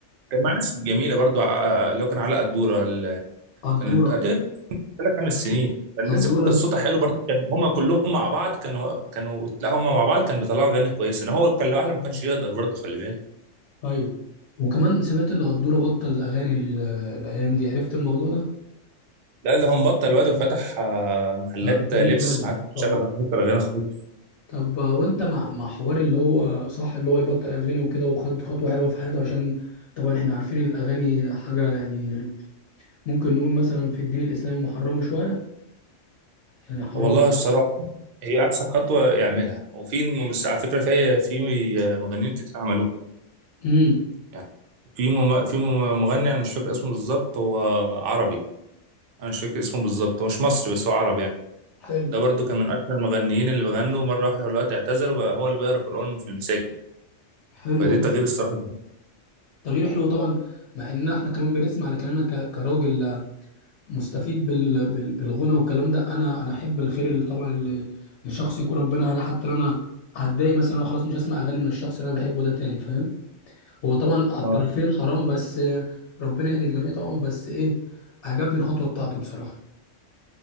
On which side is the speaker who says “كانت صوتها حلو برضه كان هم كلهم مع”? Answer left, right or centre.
Right